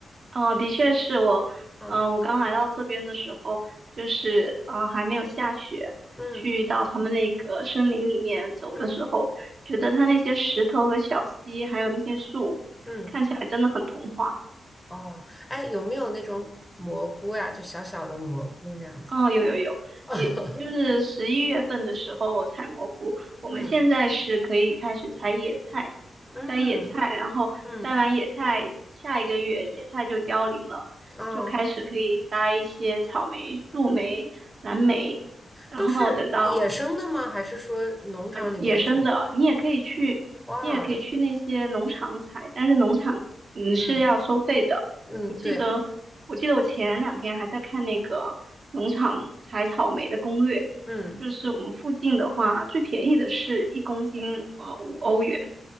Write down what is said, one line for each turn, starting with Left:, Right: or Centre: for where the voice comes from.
Right: 嗯，的确是我，
Centre: 嗯
Right: 嗯、我刚来到这边的时候，就是啊、呃还没有下雪，
Centre: 嗯
Right: 去到他们那个森林里面走的时候，
Centre: 嗯
Right: 觉得它那些石头和小溪，还有那些树，
Centre: 嗯，
Right: 看起来真的很童话。
Centre: 哦，哎，有没有那种蘑菇呀？就小小的蘑菇那样子？
Right: 哦，有有有，
Centre: <laughs>
Right: 也就是十一月份的时候采蘑菇，我们现在是可以开始采野菜，
Centre: 嗯嗯
Right: 摘野菜，然后摘完野菜，
Centre: 嗯，
Right: 下一个月野菜就凋零了，
Centre: 啊，
Right: 就开始可以摘一些草莓、树莓、蓝莓，然后等到
Centre: 都是野生的吗？还是说农场里面种？
Right: 野生的，你也可以去，
Centre: 哇，
Right: 你也可以去那些农场采，但是农场嗯是要收费的。
Centre: 嗯嗯，
Right: 我记得，
Centre: 对，
Right: 我记得我前两天还在看那个农场采草莓的攻略，
Centre: 嗯，
Right: 就是我们附近的话，最便宜的是一公斤呃五欧元，